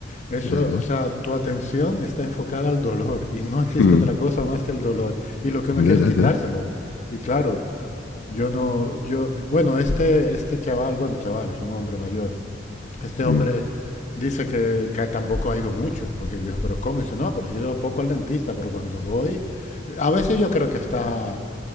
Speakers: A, on the left; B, on the left.
A: Eso,
B: ya, ya.
A: o sea, tu atención está enfocada al dolor y no existe
B: Mm,
A: otra cosa más que el dolor. Y lo que uno quiere
B: ya, ya,
A: es quitárselo.
B: ya.
A: Y claro, yo no, yo, bueno, este, este chaval, bueno, chaval, es un hombre mayor. Este
B: Mm,
A: hombre dice que, que tampoco ha ido mucho, porque yo, dije, pero ¿cómo? Y Dice, no, pero he ido poco al dentista, pero cuando voy, a veces yo creo que está